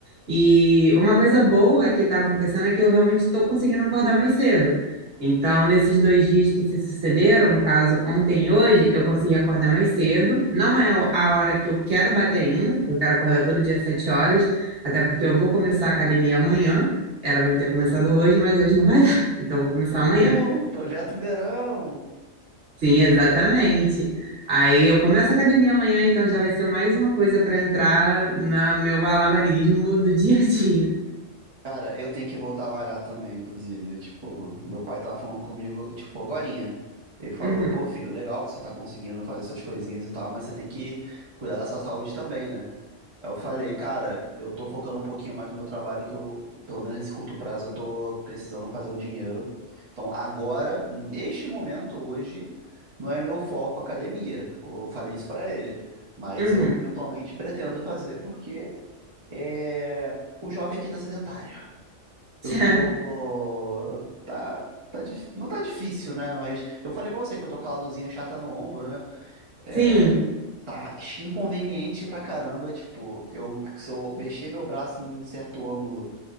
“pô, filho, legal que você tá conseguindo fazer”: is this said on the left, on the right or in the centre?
Right